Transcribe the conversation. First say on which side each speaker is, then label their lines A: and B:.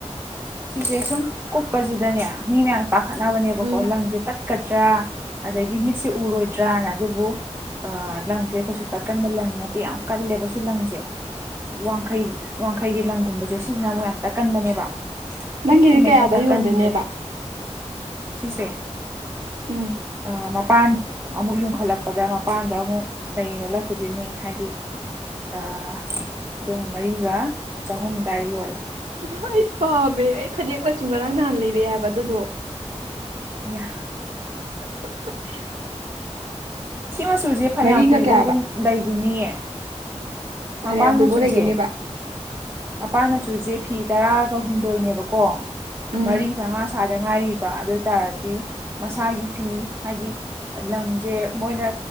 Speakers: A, on the right; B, on the right.
A: ꯁꯤꯁꯦ ꯁꯨꯝ ꯀꯨꯞꯄꯁꯤꯗꯅꯦ ꯃꯤ ꯃꯌꯥꯝ ꯄꯥꯈꯠꯅꯕꯅꯦꯕꯀꯣ
B: ꯎꯝ
A: ꯂꯪꯁꯦ ꯇꯠ ꯀꯗ꯭ꯔꯥ ꯑꯗꯒꯤ ꯃꯤꯠꯁꯦ ꯎꯔꯣꯏꯗ꯭ꯔꯥꯅ ꯑꯗꯨꯕꯨ ꯑꯥ ꯂꯪꯁꯦ ꯀꯩꯁꯨ ꯇꯠꯀꯟꯕ ꯂꯪ ꯅꯠꯇꯦ ꯌꯥꯝ ꯀꯜꯂꯦꯕ ꯁꯤ ꯂꯪꯁꯦ ꯋꯥꯡꯈꯩ ꯋꯥꯡꯈꯩꯒꯤ ꯂꯪꯒꯨꯝꯕꯁꯦ ꯁꯤꯁꯤꯅ ꯑꯃꯨꯛ ꯌꯥꯝ ꯇꯥꯠꯀꯟꯕꯅꯦꯕ
B: ꯅꯪꯒꯤꯗꯤ
A: ꯁꯨꯝꯕꯁꯤꯅ
B: ꯀꯌꯥꯗ
A: ꯇꯥꯠꯀꯟꯗ꯭ꯔꯦ
B: ꯌꯣꯟꯗꯣꯏꯅꯦꯕ
A: ꯁꯤꯁꯦ
B: ꯎꯝ
A: ꯑꯥ ꯃꯄꯟ ꯑꯃꯨꯛ ꯌꯨꯡꯈꯠꯂꯛꯄꯗ ꯃꯄꯥꯟꯗ ꯑꯃꯨꯛ ꯂꯩ ꯂꯣꯡꯂꯛꯈꯤꯗꯣꯏꯅꯦ ꯍꯥꯏꯗꯤ ꯑꯥ ꯑꯗꯨꯅ ꯃꯔꯤꯒ ꯆꯍꯨꯝ ꯑꯗꯨꯋꯥꯏ ꯌꯣꯜꯂꯦ
B: ꯏꯃꯥ ꯑꯩ ꯄꯥꯝꯃꯦ ꯑꯩ ꯐꯅꯦꯛ ꯃꯆꯨ ꯉꯔꯥꯡ ꯅꯍꯥꯟ ꯂꯩꯔꯛꯑꯦ ꯍꯥꯏꯕ ꯑꯗꯨꯗꯣ
A: ꯑꯌꯥ
B: <unintelligible>
A: ꯁꯤ ꯃꯆꯨꯁꯦ ꯐꯅꯌꯥꯝ
B: ꯃꯔꯤꯒ
A: ꯀꯨꯏꯕꯧ
B: ꯀꯌꯥꯕ
A: ꯑꯗꯨꯝ ꯂꯩꯒꯤꯅꯤꯌꯦ ꯃꯄꯥꯟ
B: ꯐꯅꯌꯥꯝ ꯀꯨꯏꯕꯧ
A: ꯃꯆꯨꯖꯦ
B: ꯂꯩꯒꯤꯅꯦꯕ
A: ꯃꯄꯥꯟ ꯃꯆꯨꯁꯦ ꯐꯤ ꯇꯔꯥꯒ ꯍꯨꯝꯗꯣꯏꯅꯦꯕꯀꯣ
B: ꯎꯝ
A: ꯃꯔꯤ ꯃꯉꯥ ꯁꯔ ꯗ ꯉꯥꯏꯔꯤꯕ ꯑꯗꯨ ꯑꯣꯏꯇꯥꯔꯗꯤ ꯃꯁꯥꯒꯤ ꯐꯤ ꯍꯥꯏꯗꯤ ꯂꯪꯁꯦ ꯃꯣꯏꯅ